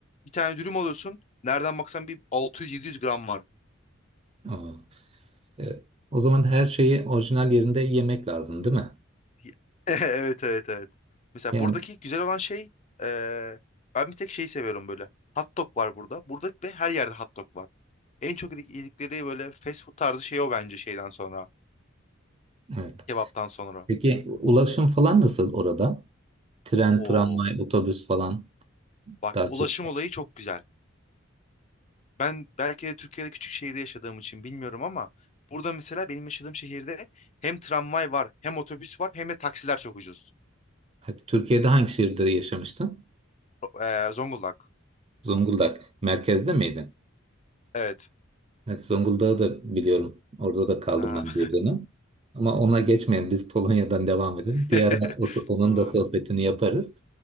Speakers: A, on the left; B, on the right.
A: bir tane dürüm alıyorsun. Nereden baksan bir 600-700 gram var.
B: Aa. Evet. O zaman her şeyi orijinal yerinde yemek lazım, değil mi?
A: <laughs> Evet evet evet. Mesela
B: Yani
A: buradaki güzel olan şey eee, ben bir tek şeyi seviyorum böyle. Hot dog var burada. Burada ve her yerde hot dog var. En çok yedik- yedikleri böyle fast food tarzı şey o bence şeyden sonra.
B: evet.
A: Kebaptan sonra.
B: Peki ulaşım falan nasıl orada? Tren,
A: Oo
B: tramvay, otobüs falan
A: bak
B: daha
A: ulaşım
B: çok.
A: olayı çok güzel. Ben belki de Türkiye'de küçük şehirde yaşadığım için bilmiyorum ama burada mesela benim yaşadığım şehirde hem tramvay var hem otobüs var hem de taksiler çok ucuz.
B: Evet, Türkiye'de hangi şehirde yaşamıştın?
A: Eee, Zonguldak.
B: Zonguldak. Merkezde miydin?
A: Evet.
B: Evet, Zonguldak'ı da biliyorum. Orada da kaldım
A: Aa.
B: ben bir dönem. Ama ona geçmeyelim. Biz Polonya'dan devam edelim. Bir
A: <laughs>
B: ara o- onun
A: Tamamdır.
B: da sohbetini yaparız.